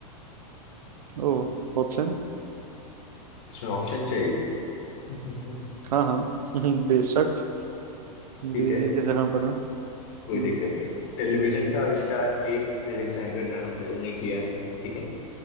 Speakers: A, on the right; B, on the left.
A: ओ ऑप्शन
B: इसमें ऑप्शन चाहिए <laughs>
A: हाँ हाँ <laughs> हम्म, बेशक
B: ठीक
A: दीजिए
B: है
A: जहाँ बना
B: कोई
A: हम्म
B: दिक्कत नहीं टेलीविजन का आविष्कार एक अलेक्जेंडर ग्राहम बेल ने किया है ठीक है